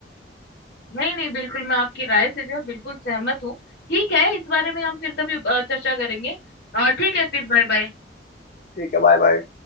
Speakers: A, on the left; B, on the left.
A: नहीं नहीं बिल्कुल मैं आपकी राय से जो है बिल्कुल सहमत हूँ ठीक है इस बारे में हम फिर कभी अ, चर्चा करेंगे अ, ठीक है फिर बाय बाय
B: ठीक है बाय बाय